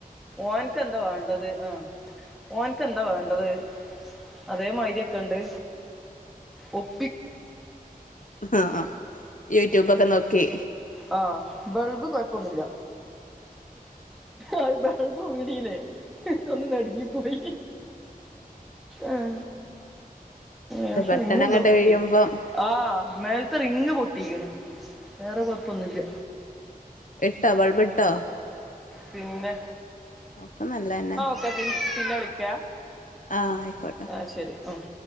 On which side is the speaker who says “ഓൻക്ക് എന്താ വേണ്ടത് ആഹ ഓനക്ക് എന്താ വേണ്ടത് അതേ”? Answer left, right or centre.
Centre